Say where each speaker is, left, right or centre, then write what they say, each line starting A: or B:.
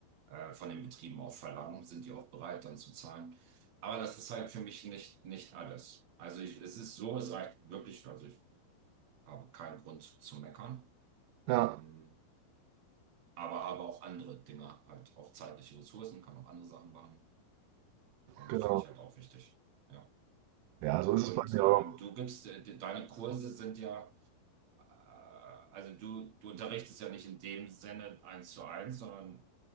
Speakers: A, on the right; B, on the right.
A: äh, von den Betrieben auch verlangen. Sind die auch bereit, dann zu zahlen? Aber das ist halt für mich nicht, nicht alles. Also ich, es ist so, es reicht wirklich, also ich habe keinen Grund zu meckern.
B: ja,
A: Ähm, aber habe auch andere Dinge, halt auch zeitliche Ressourcen, kann auch andere Sachen machen und
B: genau.
A: finde ich halt auch wichtig. Ja.
B: Ja, so ist
A: Und
B: es bei mir
A: ähm,
B: auch.
A: du gibst, äh, de- deine Kurse sind ja, äh, also du, du unterrichtest ja nicht in dem Sinne eins zu eins, sondern